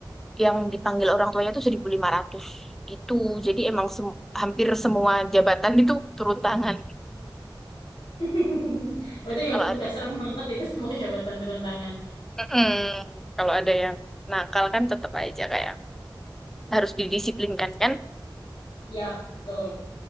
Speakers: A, in the centre; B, on the left.
A: yang dipanggil orang tuanya itu seribu lima ratus itu jadi emang sem- hampir semua jabatan itu turun tangan
B: <laughs> Waduh, yang
A: kalau ada
B: udah serem banget itu semua jabatan turun tangan.
A: Mm-mm. kalau ada yang nakal kan tetap aja kayak harus didisiplinkan kan
B: Ya, betul.